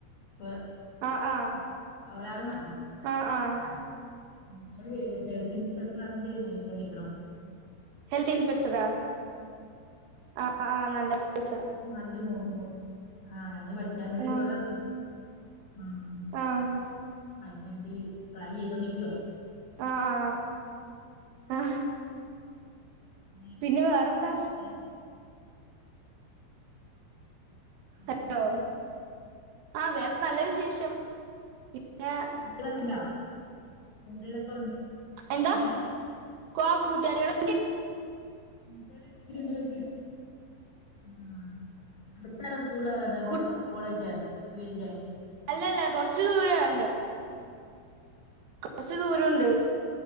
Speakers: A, on the left; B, on the right.
A: ഒ
B: ആഹ്, ആഹ്.
A: ഒരാള് ന്നാണോ.
B: ആഹ്, ആഹ്.
A: ഉം ഇങ്ങള് ഹെൽത്ത് ഇൻസ്പെക്ടർ ആണ്ട് നോയിക്കോണ്ടിരിക്കണോ.
B: ഹെൽത്ത് ഇൻസ്പെക്ടറ ആഹ്, ആ നല്ല കോഴ്സ.
A: മാതിരി മൂ ആ അതിന് പഠിക്കാൻ വേണ്ടിട്ടവടെ
B: ആഹ്
A: ഉം.
B: ആഹ്.
A: അയിനുവേണ്ടി ട്രൈ ചെയ്തോണ്ടിരിക്കുവ.
B: ആഹ്, ആ അഹ്.
A: <unintelligible>
B: പിന്നെ വേറെന്താ?
A: ഉ <inaudible> വേറെന്താണ്ട്
B: ഹലോ ആഹ് വേറെ നല്ല വിശേഷം. പിന്നെ.
A: കൂന്തളെക്കെണ്ട കൂന്തൊളക്കെ ഉണ്ട്.
B: എന്താ
A: ഏഹ്
B: കൊ കൂട്ടാരിയള്.
A: മുടെ ഒത്തിരി ഉണ്ടോ നോക്കിയ ആഹ് അടുത്താണോ സ് സ്കൂളല്ല കോളെ,
B: കു
A: കോളേജ് വീടിന്റെ.
B: അല്ലല്ല കൊറച്ച് ദൂരം ഒണ്ട്. കുറച്ച് ദൂരംഉണ്ട്.